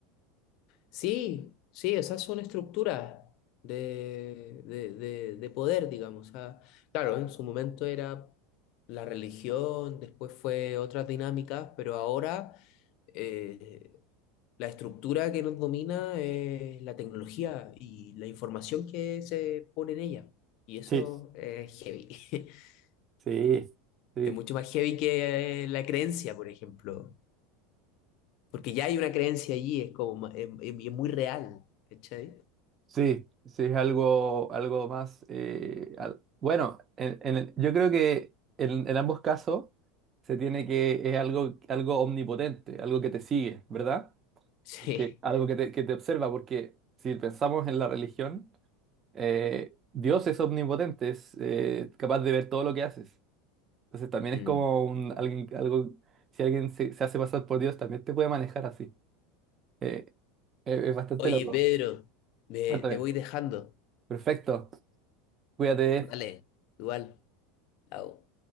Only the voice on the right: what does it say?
Sí,
sí, sí,
sí, sí, es algo, algo más... eh, al- bueno, en- en el- yo creo que en, en ambos casos se tiene que, es algo, algo omnipotente, algo que te sigue, ¿verdad?
porque algo que te, que te observa, porque si pensamos en la religión, eh, Dios es omnipotente, es eh, capaz de ver todo lo que haces. Entonces también
es como un alguien, algo, si alguien se, se hace pasar por Dios, también te puede manejar así. Eh, eh, es bastante
loco.
Cuéntame.
Perfecto. Cuídate.